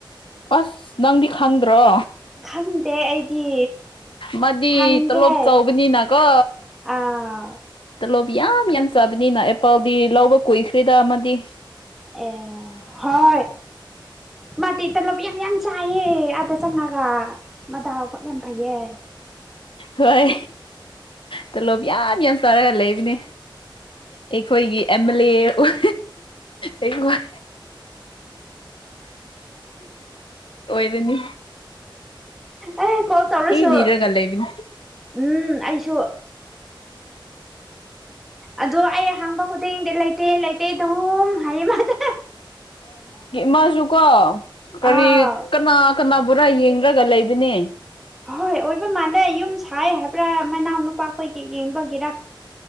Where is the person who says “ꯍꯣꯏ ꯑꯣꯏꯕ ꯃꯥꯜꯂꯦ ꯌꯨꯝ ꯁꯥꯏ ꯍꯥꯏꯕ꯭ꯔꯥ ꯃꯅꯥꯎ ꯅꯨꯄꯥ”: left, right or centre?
Centre